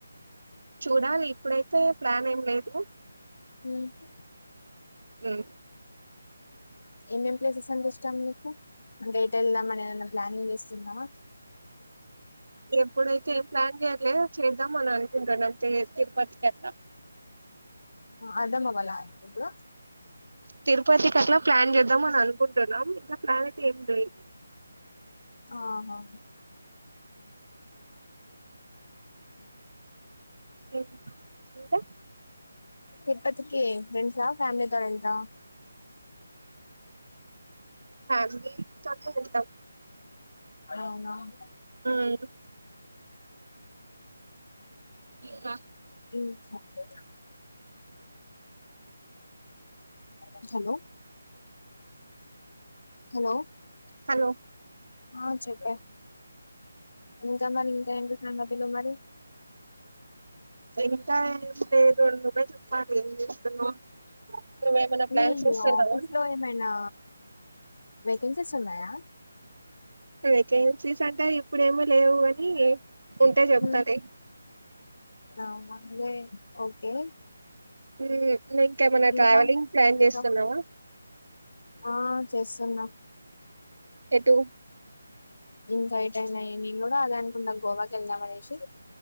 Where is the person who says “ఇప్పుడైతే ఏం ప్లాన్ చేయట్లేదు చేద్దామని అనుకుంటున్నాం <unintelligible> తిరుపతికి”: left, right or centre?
Right